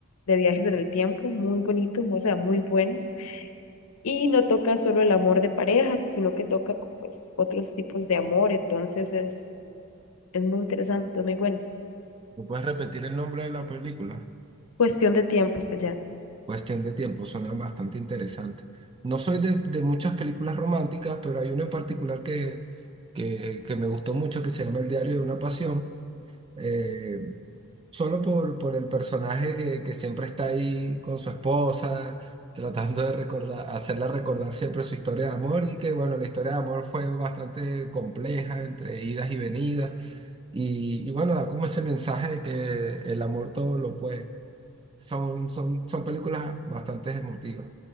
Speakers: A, on the left; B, on the right.
A: de viajes en el tiempo muy bonito, o sea, muy buenos y no toca solo el amor de pareja, sino que toca pues otros tipos de amor. Entonces es, es muy interesante, es muy bueno.
B: ¿Me puedes repetir el nombre de la película?
A: Cuestión de tiempo se llama.
B: Cuestión de tiempo, suenan bastante interesantes. No soy de, de muchas películas románticas, pero hay una en particular que, que, que me gustó mucho que se llama El diario de una pasión, eh, solo por, por el personaje que, que siempre está ahí con su esposa, tratando de recordar, hacerla recordar siempre su historia de amor y que bueno, la historia de amor fue bastante compleja entre idas y venidas y, y bueno, da como ese mensaje de que el amor todo lo puede. Son, son, son películas bastante emotivas.